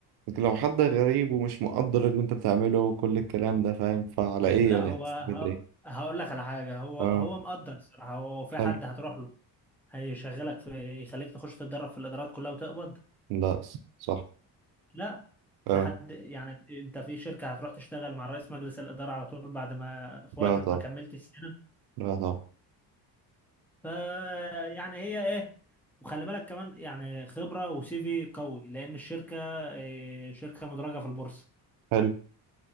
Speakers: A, on the right; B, in the centre.
A: لكن لو حد غريب ومش مقدر اللي انت بتعمله وكل الكلام ده فاهم فعلى
B: أو
A: ايه
B: لا
A: يعني
B: هو
A: هتستفيد
B: ه...
A: ايه
B: هقول لك على حاجه هو
A: اه
B: هو مقدر الصراحه هو في
A: حلو
B: حد هتروح له هيشغلك في يخليك تخش تتدرب في الادارات كلها وتقبض
A: لا صح
B: لا في
A: اه
B: حد يعني انت في شركه هتروح تشتغل مع رئيس مجلس الاداره على طول بعد ما في
A: لا
B: وقت
A: طب
B: ما كملت السنه
A: لا طب
B: ف يعني هي ايه وخلي بالك كمان يعني خبرة وسيفي قوي لأن الشركة إيه، شركة مدرجة في البورصة
A: حلو